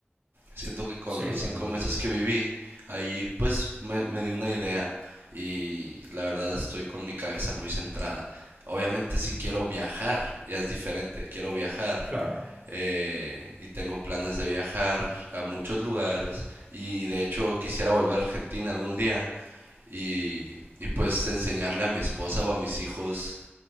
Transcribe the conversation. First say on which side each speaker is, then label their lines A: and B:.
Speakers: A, on the right; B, on the right.
A: siento que con
B: Sí,
A: los cinco
B: pero
A: meses que viví, ahí pues me, me di una idea y la verdad estoy con mi cabeza muy centrada. Obviamente si quiero viajar, ya es diferente, quiero viajar
B: claro.
A: eh, y tengo planes de viajar a muchos lugares y de hecho quisiera volver a Argentina algún día y, y pues enseñarle a mi esposa o a mis hijos